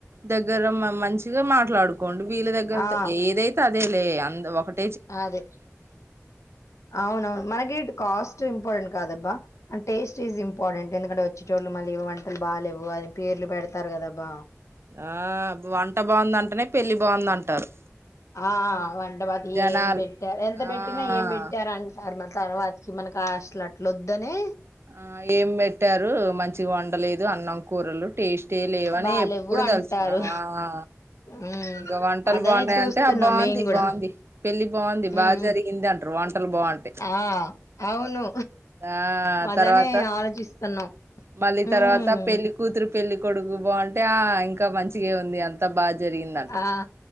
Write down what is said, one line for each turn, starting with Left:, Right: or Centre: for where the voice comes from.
Right: దగ్గర మంచిగా మాట్లాడుకు కొం బీల దగ్గర
Left: ఆ
Right: ఏదైతే అదేలే అ ఒకటి <inaudible>
Left: అదే అవునవును మనగ కాస్ట్ ఇంపార్టెంట్ కాదబ్బా అండ్ టేస్ట్ ఇజ్ ఇంపార్టెంట్ ఎందుకంటే వచ్చే చోట్లు మళ్ళీ వంటలు బాలేవు అది పేర్లు పెడతారు కదబ్బా
Right: ఆ వంట బాగుందంటేనే పెళ్లిి బాగుందంటారు
Left: ఆ వంటపాతి
Right: జనాలు
Left: ఏం పెట్టారు ఎంత పెట్టినా
Right: ఆ
Left: ఏం పెట్టార అంటారు మరి తర్వాతకి మనకి అసలు అట్ల వద్దని
Right: ఆ ఏం పెట్టారు మంచిగా వండలేదు ఇ అన్నంకూరలు టేస్ట్ అంటే లేవని
Left: బాలేవు
Right: ఎప్పుడు
Left: అంటారు
Right: తలుసుకు ఆ
Left: ఉమ్
Right: ఇక వంటలు
Left: అదనే
Right: బాగున్నాయి
Left: చూస్తున్నాం
Right: అంటే బాగుంది
Left: మేము కూడా
Right: బాగుంది పెళ్లిి బాగుంది బాగా
Left: ఉమ్
Right: జరిగింది అంటారు వంటలు బాగుంటాయి
Left: ఆ అవును
Right: ఆ
Left: అదనే
Right: తర్వాత
Left: ఆలోచిస్తున్నాం
Right: మళ్ళీ
Left: ఉమ్
Right: తర్వాత పెళ్లి కూతురు పెళ్లిి కొడుకు బా అంటే ఇంకా మంచిగా ఉంది అంత తబా <inaudible> జరిగిందంటారు
Left: ఆ